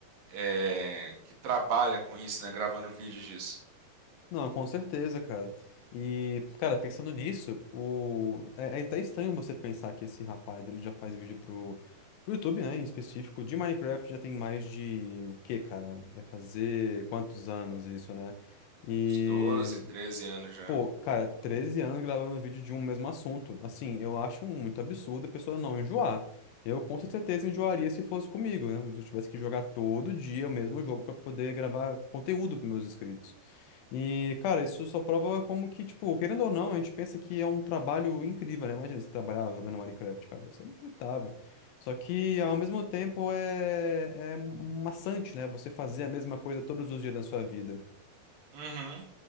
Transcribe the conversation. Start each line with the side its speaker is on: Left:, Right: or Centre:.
Right: é, que trabalha com isso, né? Gravando vídeos disso.
Left: Não, com certeza, cara. E, cara, pensando nisso, o... é, é até estranho você pensar que esse rapaz ele já faz vídeo pro, pro YouTube, né, em específico, de Minecraft já tem mais de o quê, cara? Vai fazer quantos anos isso, né? E
Right: Uns doze 13 anos já.
Left: Pô, cara, 13 anos gravando vídeo de um mesmo assunto. Assim, eu acho muito absurdo a pessoa não enjoar. Eu com certeza enjoaria se fosse comigo, né? Se eu tivesse que jogar todo dia o mesmo jogo pra poder gravar conteúdo para meus inscritos. E, cara, isso só prova como que, tipo, querendo ou não, a gente pensa que é um trabalho incrível, né? Imagina você trabalhar jogando Minecraft, cara, deve ser inacreditável. Só que, ao mesmo tempo, é, é maçante, né? Você fazer a mesma coisa todos os dias da sua vida.
Right: Uhum.